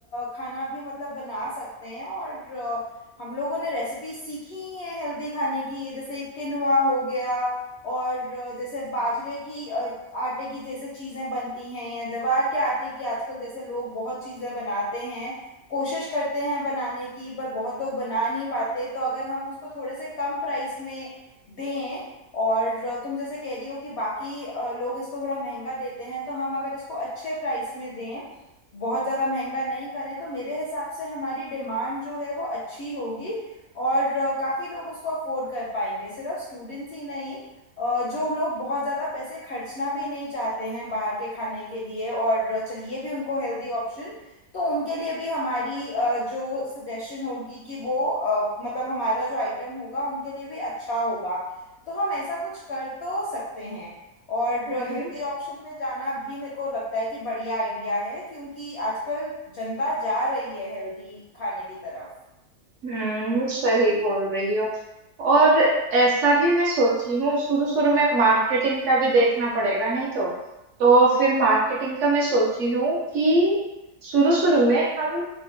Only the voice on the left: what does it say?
खाना भी मतलब बना सकते हैं और अ, हम लोगों ने रेसिपी सीखी ही है हेल्दी खाने की जैसे किनुआ हो गया और अ, जैसे बाजरे की अ, आटे की जैसे चीज़ें बनती हैं या ज्वार के आटे की आजकल जैसे लोग बहुत चीज़ें बनाते हैं कोशिश करते हैं बनाने की पर बहुत लोग बना नहीं पाते तो अगर हम उसको थोड़े से कम प्राइस में दें और अ, तुम जैसे कह रही हो कि बाकी अ, लोग इसको थोड़ा महंगा देते हैं तो हम अगर इसको अच्छे प्राइस में दें बहुत ज़्यादा महंगा नहीं करें तो मेरे हिसाब से हमारी डिमांड जो है वो अच्छी होगी और काफ़ी लोग उसको अफोर्ड कर पाएंगे सिर्फ स्टूडेंट्स ही नहीं अ, जो लोग बहुत ज़्यादा पैसे खर्चना भी नहीं चाहते हैं बाहर के खाने के लिए और चाहिए भी उनको हेल्दी ऑप्शन तो उनके लिए भी हमारी अ, जो सजेशन होगी कि वो अ, मतलब हमारा जो आइटम होगा उनके लिए भी अच्छा होगा तो हम ऐसा कुछ कर तो सकते हैं और
हेल्दी ऑप्शन में जाना भी मेरे को लगता है कि बढ़िया आइडिया है क्योंकि आजकल जनता जा रही है हेल्दी खाने की तरफ